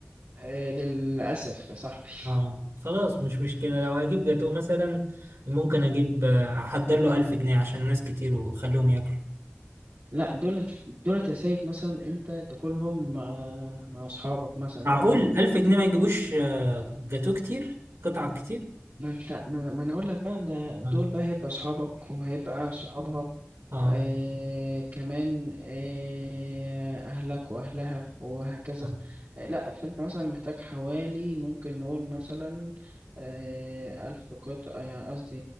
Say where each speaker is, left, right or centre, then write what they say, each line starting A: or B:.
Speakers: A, on the right (about 60°); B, on the right (about 75°).
A: آه، للأسف يا صاحبي
B: اه خلاص مش مشكلة لو هجيب جاتوه مثلا ممكن اجيب آه، احضر له 1000 جنيه عشان ناس كتير وخليهم ياكلوا
A: لا دولت دولت يا سيد مثلا انت تاكلهم مع مع اصحابك مثلا
B: معقول
A: او مع
B: 1000 جنيه ما يجيبوش آه، جاتوه كتير قطع كتير
A: ما انت ما ما انا اقول لك بقى ده
B: اه
A: دول بقى هيبقى اصحابك وهيبقى صحابها
B: اه
A: آه كمان آه اهلك واهلها وهكذا
B: آه.
A: آه لا فانت مثلا محتاج حوالي ممكن نقول مثلا آه الف قطعة يعني قصدي